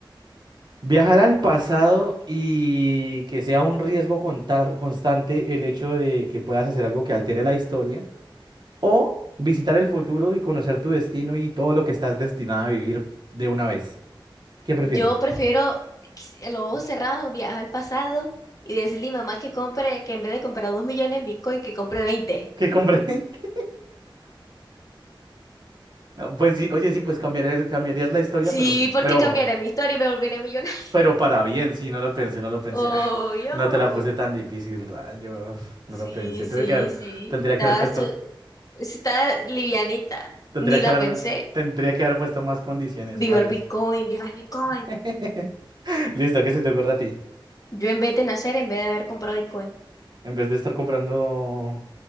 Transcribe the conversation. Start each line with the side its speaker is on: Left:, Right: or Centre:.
Right: Viajar al pasado y que sea un riesgo conta- constante el hecho de que puedas hacer algo que altere la historia, o visitar el futuro y conocer tu destino y todo lo que estás destinado a vivir de una vez. ¿Qué prefieres?
Left: yo prefiero s- los ojos cerrados, viajar al pasado y decirle a mi mamá que compre, que en vez de comprar dos millones en Bitcoin, que compre veinte
Right: ¿Qué compre? <laughs> Pues sí, oye, sí, pues cambiar el- cambiarías la historia,
Left: Sí,
Right: pero,
Left: porque
Right: pero,
Left: cambiaré mi historia y me volveré millonario. <laughs>
Right: pero para bien, sí, no lo pensé, no lo pensé.
Left: Oh,
Right: Ah,
Left: yo.
Right: no te la puse tan difícil, rayos. No
Left: Sí,
Right: lo pensé.
Left: sí,
Right: Tuve que haber,
Left: sí.
Right: tendría que
Left: Estaba,
Right: haber puesto,
Left: su- está livianita.
Right: tendría
Left: Ni
Right: que
Left: la
Right: haber,
Left: pensé.
Right: tendría que haber puesto más condiciones,
Left: Viva
Right: rayos.
Left: el Bitcoin, viva el Bitcoin.
Right: <laughs> Listo, ¿qué se te ocurre a ti?
Left: Yo en vez de nacer, en vez de haber comprado Bitcoin.
Right: En vez de estar comprando...